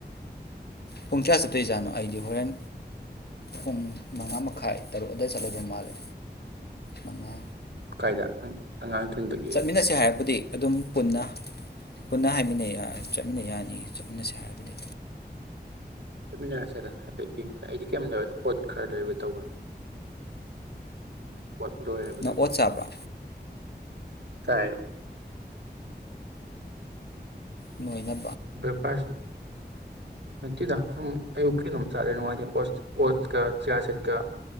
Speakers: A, on the left; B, on the right.
A: ꯄꯨꯡ ꯀꯌꯥ ꯆꯠꯇꯣꯏꯖꯥꯠꯅꯣ ꯑꯩꯗꯤ ꯍꯣꯔꯦꯟ ꯄꯨꯡ ꯃꯉꯥ ꯃꯈꯥꯏ ꯇꯔꯨꯛ ꯑꯋꯥꯏ ꯆꯠꯂꯗꯧ ꯃꯥꯜꯂꯦ ꯃꯉꯥ
B: ꯀꯥꯏꯗ ꯑꯉꯥꯡ ꯊꯤꯟꯕꯒꯤ
A: ꯆꯠꯃꯤꯟꯅꯁꯦ ꯍꯥꯏꯔꯕꯨꯗꯤ ꯑꯗꯨꯝ ꯄꯨꯟꯅ ꯄꯨꯟꯅ ꯍꯥꯏꯃꯤꯟꯅꯩ ꯆꯠꯃꯤꯟꯅ ꯌꯥꯅꯤ ꯆꯠꯃꯤꯟꯅꯁꯦ ꯍꯥꯏꯔꯕꯗꯤ
B: ꯆꯠꯃꯤꯟꯅꯔꯁꯤꯦꯗ ꯍꯥꯏꯐꯦꯠ ꯌꯦꯡꯕꯗ ꯑꯩꯗꯤ ꯀꯩ ꯂꯩꯕꯗꯣ ꯑꯣꯠ ꯈꯔ ꯂꯩꯔꯨꯒꯦ ꯇꯧꯕꯅꯤꯅ ꯋꯥꯠ ꯂꯣꯏꯕꯗꯤ
A: ꯅꯪ ꯑꯣꯠ ꯆꯥꯕ꯭ꯔꯥ
B: ꯇꯥꯏ
A: ꯃꯣꯏꯅ
B: ꯕꯦꯛꯐꯥꯏ ꯅꯨꯡꯇꯤꯗ ꯁꯨꯝ ꯑꯌꯨꯛꯀꯤ ꯑꯗꯨꯝ ꯆꯥꯠꯂꯦ ꯅꯨꯡꯉꯥꯏꯇꯩ ꯑꯣꯁꯀ ꯆꯤꯌꯥꯔ ꯁꯦꯠꯀ